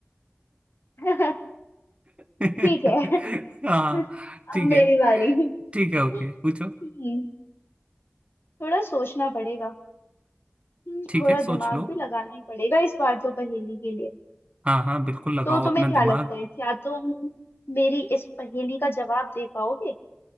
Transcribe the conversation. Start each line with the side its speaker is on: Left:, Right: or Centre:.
Left: <laughs>
Right: <laughs>
Left: ठीक है
Right: हाँ
Left: <laughs> अब
Right: ठीक है
Left: मेरी बारी <laughs>
Right: ठीक है ओके पूछो
Left: हम्म, थोड़ा सोचना पड़ेगा हम्म,
Right: ठीक
Left: थोड़ा
Right: है सोच
Left: दिमाग
Right: लो
Left: भी लगाना ही पड़ेगा इस बार तो पहेली के लिए
Right: हाँ हाँ बिल्कुल लगाओ
Left: तो तुम्हें
Right: अपना
Left: क्या
Right: दिमाग
Left: लगता है क्या तुम मेरी इस पहेली का जवाब दे पाओगे